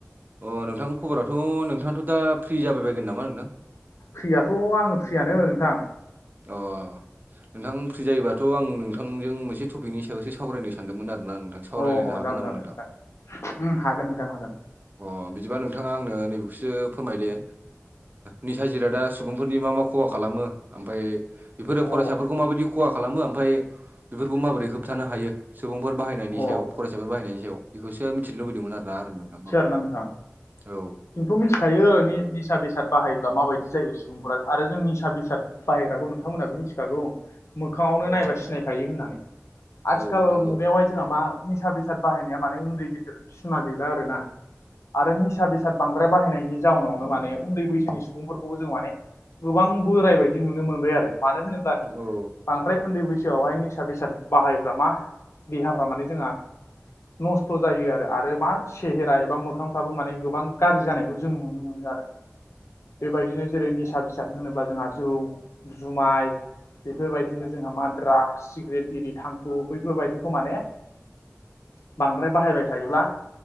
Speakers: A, on the right (about 40°); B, on the left (about 75°).
A: अ नोंथांनि खबराथ' नोंथाङाथ' दा फ्रि जाबाय बायगोन नामा नोंथां
B: फ्रियाथ' आंङो फ्रियानो नोंथां
A: अ नोंथां फ्रि जायोबाथ' आं नोंथांजों मोनसे टपिकनि सायावसो सावरायनो सानदोंमोन आरो ना नोंथां सावरायलायनो
B: अ औ
A: हागोन
B: जागोन
A: नामा
B: जागोन
A: नोंथां
B: नोंथां हागोन नोंथां हागोन
A: अ बिदिबा नोंथाङा आंनो नैबेखौसो फोरमाय दे निसा जिरादा सुबुंफोरनि मा मा खहा खालामो ओमफ्राय बेफोरो
B: अ
A: फरायसाफोरखौ माबायदि खहा खालामो ओमफाय बेफोरखौ माबोरै होबथानो हायो सुबुंफोर बाहायनायनि
B: अ
A: सायाव फरायसाफोर बाहायनायनि सायाव बेखौसो मिथिनो लुबैदोंमोन आरोना आरो नोंथां औ
B: ना नोंथां
A: औ
B: जोंथ' मिथिखायो निसा बेसाद बाहायोब्ला माबायदि जायो सुबुंफोरा आरो जों निसा बेसाद बाहायग्राखौ नोंथांमोनाबो मिथिखागौ मोखाङावनो
A: औ
B: नायबा
A: नोंथां
B: सिनायखायो होननानै आथिखाल
A: औ नोंथां औ
B: मुगायावहाय जोंहा मा निसा बेसाद बाहायनाया माने उन्दै गिदिर सिमा गैला आरो ना आरो निसा बेसाद बांद्राय बाहायनायनि जाउनावनो माने उन्दै बैसोनि सुबुंफोरखौबो जों माने गोबां बोराय बायदि नुनो मोनबाय आरो मानो होनोब्ला
A: औ
B: बांद्राय उन्दै बैसोआवहाय निसा बेसाद बाहायोब्ला मा देहाफ्रा माने जोंहा नस्थ' जायो आरो आरो मा सेहेरा एबा मोखांफ्राबो माने गोबां गाज्रि जानायखौ जों नुनो मोनो आरो बेबायदिनो जेरै निसा बेसाद होनोब्ला जोंहा जौ जुमाय बेफोरबायदिनो जोंहा मा द्राग्स सिगारेट बिरि थांखु बैफोरबायदिखौ माने बांद्राय बाहायबाय थायोब्ला